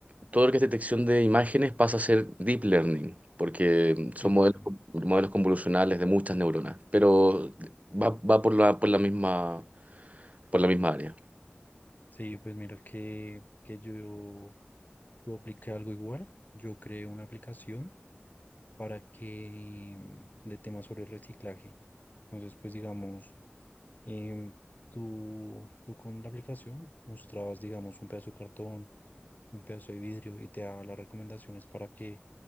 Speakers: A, on the right (about 35°); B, on the left (about 45°).
A: todo lo que es detección de imágenes pasa a ser deep learning, porque son
B: Deep
A: modelos,
B: learning.
A: con- modelos convolucionales de muchas neuronas, pero va, va por la, por la misma, por la misma área.
B: Sí, pues mira que, que yo, yo apliqué algo igual. Yo creé una aplicación para que mm, de temas sobre reciclaje. Entonces, pues digamos, em, tú, tú con la aplicación mostrabas, digamos, un pedazo de cartón, un pedazo de vidrio y te daba las recomendaciones para que